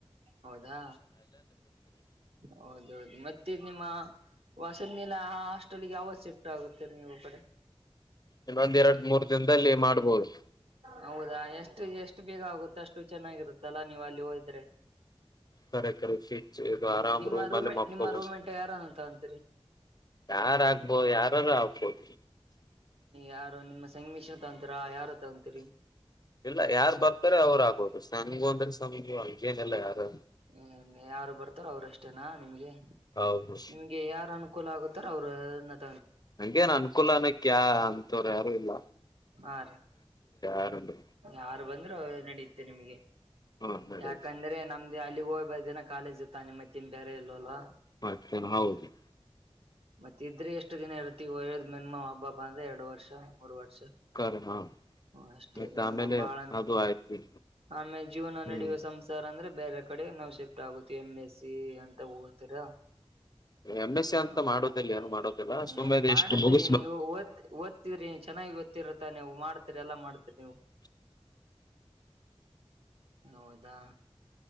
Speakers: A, on the right; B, on the left.
A: ಹೌದಾ ಹೌದೌದು ಮತ್ತೆ ನಿಮ್ಮ ವಸದ್ನಲ ಆ ಹಾಸ್ಟೆಲ್ಗೆ ಯಾವತ್ ಶಿಫ್ಟ್ ಆಗುತ್ತೀರಿ ನೀವು ಈ ಕಡೆ.
B: ಇನ್ನೊಂದು ಇರಮೂರ್ ದಿನದಲ್ಲಿ ಮಾಡ್ಬೋದು.
A: ಹೌದಾ ಎಷ್ಟು ಎಷ್ಟು ಬೇಗ ಆಗುತ್ತೆ ಅಷ್ಟು ಚೆನ್ನಾಗಿರುತ್ತಲ್ಲಾ ನೀವು ಅಲ್ಲಿ ಹೋದ್ರೆ.
B: ಕರೆ ಕಲ್ಲು ಶೀಟ್ಸ್
A: ಇದು
B: ಆರಾಮ್
A: ನಿಮ್ಮ
B: ರೂಮ್
A: ರೂಮೆ
B: ಅಲ್ಲಿ ಮಕ್ಕೊಬಹುದು.
A: ನಿಮ್ಮ ರೂಮ್ಮೆಂಟ್ ಯಾರನ್ನು ತಗೊಂತೀರಿ
B: ಯಾರಾಗಬೋದು ಯಾರನೂ ಆಗ್ಬೋದು.
A: ಯಾರು ನಿಮ್ಮ ಸಂಗಮಿಶ್ರ ತಗೊಂತೀರಾ ಯಾರು ತಗೊಂತೀರಿ.
B: ಇಲ್ಲ ಯಾರು ಬರ್ತಾರ ಅವ್ರು ಆಗಬಹುದು ಸಂಗು ಅಂದ್ರೆ ಸಂಗಗು ಹಂಗೇನಿಲ್ಲ ಯಾರು.
A: ಹ್ಮ ಯಾರು ಬರ್ತಾರೋ ಅವರು ಅಷ್ಟೇನಾ ನಿಮ್ಗೆ
B: ಹೌದು
A: ನಿಮ್ಗೆ ಯಾರ ಅನುಕೂಲ ಆಗುತ್ತ. ಅವ್ರೆನತ್ತೂ
B: ನಂಗೆ ನ್ ಅನುಕೂಲನ ಆನ್ ಕ್ಯಾ ಅಂತವ್ರ ಯಾರು ಇಲ್ಲ
A: ಆ
B: ಅದೊಂದು
A: ಯಾರು ಬಂದ್ರು ನಡೆಯುತ್ತೆ ನಿಮ್ಗೆ
B: ಹಾ ನಡೀತದೆ
A: ಯಾಕಂದ್ರೆ ನಮ್ದ ಅಲ್ಲಿ ಹೋಗ ಇವತ್ತು ದಿನ ಕಾಲೇಜ್ ಇತ್ತಾ ನಿಮ್ಮೆತ್ತಿನ್ ಬೇರೆ ಇಲ್ ಅಲ್ವಾ.
B: ಮತ್ತಿನ ಹೋಗಿ.
A: ಮತ್ತ ಇದ್ರೆ ಎಷ್ಟು ದಿನ ಇರ್ತೀವೋ ಅಬ್ಬಬ್ಬಾ ಅಂದ್ರೆ ಎರಡು ವರ್ಷ ಮೂರ್ ವರ್ಷ.
B: ಕರೆ ಹಾ
A: ಇನ್ನೆಷ್ ತಿರಿಯೋಣ
B: ಆಯ್ತು ಆಮೇಲೆ
A: ಬಾಳಲೆ
B: ಅದು ಆಯ್ತು
A: ಆಮೇಲೆ ಜೀವನ
B: ಹ್ಮ್
A: ನಡೆಯುವ ಸಂಸಾರ ಅಂದ್ರೆ ಬೇರೆ ಕಡೆ ನಾವು ಶಿಫ್ಟ್ ಆಗುತ್ತವಿ ಎಮ್ ಎಸ್ ಸಿ ಅಂತ ಹೋತೀರಾ.
B: ಎಂ ಎಸ್ ಸಿ ಅಂತ
A: ಹ
B: ಮಾಡೋದಿಲ್ಲ ಏನು ಮಾಡೋದಿಲ್ಲ ಸುಮ್ಮನೆ
A: ಮಾಡ್ತುರಿ
B: ಎಷ್ಟು ಮುಗಿಸ್ಬೇಕು
A: ನೀವು ಒತ್ತು ಒತ್ತಿ. ಸ್ಕ್ರೀನ್ ಚೆನ್ನಾಗಿ ಗೊತ್ತಿರುತ್ತೆ ನೀವು ಮಾಡ್ತೀರಿ ಎಲ್ಲ ಮಾಡ್ತೀರಿ ನೀವು.
B: <unintelligible>
A: ಹೌದಾ